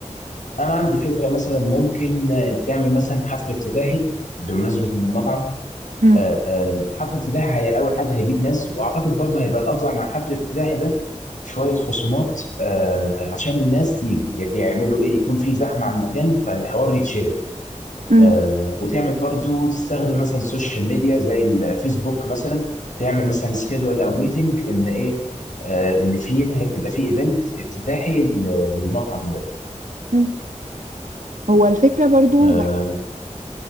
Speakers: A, on the left (about 75°); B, on the right (about 80°).
A: أنا عندي فكرة مثلا ممكن آه، تعمل مثلا حفل افتتاحي بمناسبة من المطعم
B: مم.
A: آه، آه، حفل افتتاحي هي أول حاجة هيجيب ناس وأعتقد برضه هيبقى الأفضل مع حفل الافتتاحي ده شوية خصومات آه، عشان الناس تيجي يت- يعملوا إيه يكون في زحمة على المكان فالحوار يتشهر
B: مم.
A: آه، وتعمل برضو تستخدم مثلا السوشيال ميديا زي الفيسبوك مثلا تعمل مثلا سكيدول او ميتنج ان ايه آه، ان فيه هيبقى فيه ايفنت افتتاحي ل- للمطعم ده
B: مم. هو الفكرة برضو
A: آه،
B: بحس